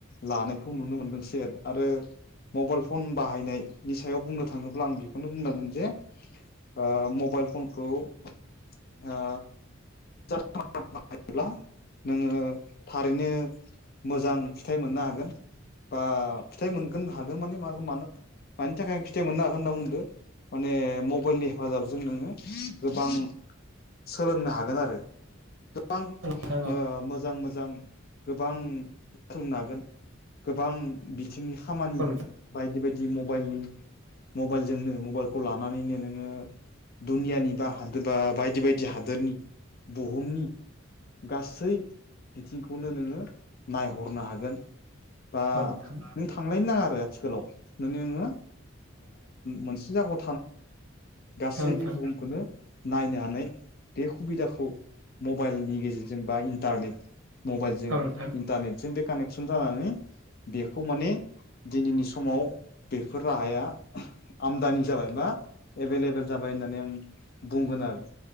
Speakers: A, on the left; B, on the right.
A: लानायखौ नुनो मोनदों सै आरो मबाइल फन बाहायनायनि सायाव बुंनो थाङोब्ला आं बेखौ बेखौनो बुंनांगोन जे ओ मबाइल फनखौ ओ <unintelligible> थायोब्ला नोङो थारैनो मोजां फिथाइ मोननो हागोन बा फिथाइ मोनगोन हागोन माने मा मानो मानि थाखाय आं फिथाइ मोननो हागोन होनना बुंदों माने मबाइलनि हेफाजाबजों नोङो गोबां सोलोंनो हागोन आरो गोबां
B: नोंथां औ
A: ओ मोजां मोजां गोबां नागोन गोबां बिथिंनि खामानि
B: नोंथां
A: बायदि बायदि मबाइलनि मबाइलजोंनो मबाइलखौ लानानैनो नोङो दुनियानि बा हादोर बा बायदि बायदि हादोरनि बुहुमनि गासै बिथिंखौनो नोङो नायहरनो हागोन बा
B: औ नोंथां
A: नों थांलायनो नाङा आरो आथिखालाव मे नोङो मोनसे जायगायाव गासै
B: औ नोंथां
A: बे बुहुमखौनो नायनो हानाय बे सुबिदाखौ मबाइलनि गेजेरजों बा इन्टारनेट मबाइलजों
B: औ नोंथां
A: इन्टारनेटजों बे कानेकसन जानानै बेखौ माने दिनैनि समाव बेफोर राहाया आदानि जाबाय मा एभेलेबेल जाबाय होननानै आं बुंगोन आरो